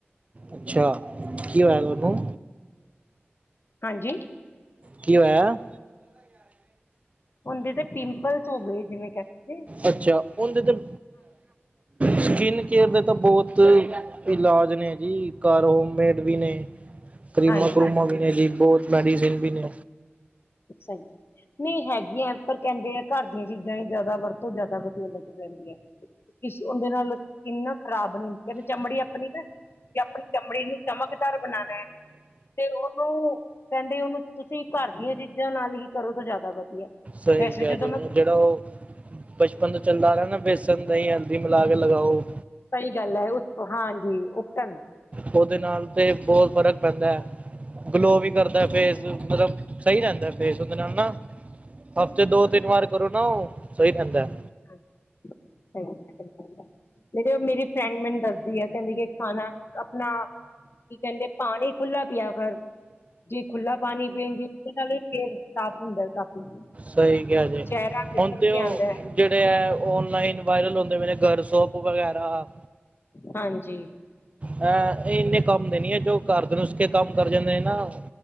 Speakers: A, on the right (about 30°); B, on the left (about 60°).
A: ਅੱਛਾ ਕੀ ਹੋਇਆ ਤੁਹਾਨੂੰ।
B: ਹਾਂਜੀ।
A: ਕੀ ਹੋਇਆ।
B: ਉੰਦੇ ਤੇ ਪਿੰਪਲਸ ਹੋ ਗਏ ਜਿਵੇਂ ਕਹਿਦੇ।
A: ਅੱਛਾ ਉਂਦੇ ਤੇ। ਸਕਿਨ ਕੇਅਰ ਦੇ ਤਾਂ ਬਹੁਤ ਇਲਾਜ ਨੇ ਜੀ ਘਰ ਹੋਮਮੇਡ ਵੀ ਨੇ। ਕਰੀਮਾ
B: ਹਾਂਜੀ।
A: ਕਰੂਮਾਂ ਵੀ ਨੇ ਜੀ ਬਹੁਤ ਮੈਡੀਸਨ ਵੀ ਨੇ।
B: ਸਹੀ ਹੈ। ਨਹੀਂ ਹੈਗੀਆਂ ਪਰ ਕਹਿੰਦੇ ਆ ਘਰ ਦੀਆਂ ਚੀਜ਼ਾਂ ਹੀ ਜ਼ਿਆਦਾ ਵਰਤੋਂ ਜ਼ਿਆਦਾ ਵਧੀਆ ਲੱਗ ਜਾਂਦੀਆਂ। ਕਿਸ ਉਂਦੇ ਨਾਲ ਸਕਿੰਨ ਨਾ ਖ਼ਰਾਬ ਨੀ ਹੁੰਦੀ ਕਹਿੰਦੇ ਚਮੜੀ ਆਪਣੀ। ਤੇ ਆਪਣੀ ਚਮੜੀ ਨੂੰ ਚਮਕਦਾਰ ਬਣਾਣਾ। ਤੇ ਉਹਨੂੰ ਕਹਿੰਦੇ ਉਹਨੂੰ ਤੁਸੀਂ ਘਰ ਦੀਆਂ ਚੀਜ਼ਾਂ ਨਾਲ ਹੀ ਕਰੋ ਤਾਂ ਜ਼ਿਆਦਾ ਵਧੀਆ।
A: ਸਹੀ
B: ਵੈਸੇ
A: ਕਿਹਾ
B: ਜਦੋਂ
A: ਜੀ
B: ਮੈਂ
A: ਜਿਹੜਾ ਉਹ ਬਚਪਨ ਤੋਂ ਚੱਲਦਾ ਆ ਰਿਹਾ ਨਾ। ਬੇਸਣ ਦਹੀਂ ਹਲਦੀ ਮਿਲਾ ਕੇ ਲਗਾਓ।
B: ਸਹੀ ਗੱਲ ਹੈ ਉਸ ਹਾਂਜੀ ਉਪਟਨ।
A: ਉਹਦੇ ਨਾਲ ਤੇ ਬਹੁਤ ਫ਼ਰਕ ਪੈਂਦਾ ਹੈ ਗਲੋ ਵੀ ਕਰਦਾ ਫੇਸ ਮਤਲਬ। ਸਹੀ ਰਹਿੰਦਾ ਫੇਸ ਉਹਦੇ ਨਾਲ ਨਾ ਹਫ਼ਤੇ ਦੋ ਤਿੰਨ ਵਾਰ ਕਰੋ ਨਾ ਉਹ ਸਹੀ ਰਹਿੰਦਾ ਹੈ।
B: ਹਾਂ ਸਹੀ <unintelligible> ਜਿਹੜੀ ਮੇਰੀ ਫਰੈਂਡ ਮੈਨੂੰ ਦੱਸਦੀ ਐ ਕਹਿੰਦੀ ਕਿ ਖਾਣਾ ਆਪਣਾ ਕੀ ਕਹਿੰਦੇ ਪਾਣੀ ਖੁੱਲਾ ਪਿਆ ਕਰ। ਜੇ ਖੁੱਲਾ ਪਾਣੀ ਪੀਏਂਗੀ ਉਹਦੇ ਨਾਲ ਵੀ ਫੇਸ ਸਾਫ਼ ਹੁੰਦਾ ਕਾਫੀ।
A: ਸਹੀ ਕਿਹਾ ਜੀ
B: ਚੇਹਰਾ ਨਿਖਰ
A: ਹੁਣ ਤੇ
B: ਕੇ
A: ਉਹ
B: ਆਉਂਦਾ ਹੈ।
A: ਜਿਹੜੇ ਹੈ ਔਨਲਾਈਨ ਵਾਇਰਲ ਹੁੰਦੇ ਪਾਏ ਨੇ ਘਰ ਸੋਪ ਵਗੈਰਾ।
B: ਹਾਂਜੀ
A: ਹਂ ਇੰਨੇ ਕੰਮ ਦੇ ਨੀ ਹੈ। ਜੋ ਘਰ ਦੇ ਨੁਕਸੇ ਕੰਮ ਕਰ ਜਾਂਦੇ ਨੇ ਨਾ।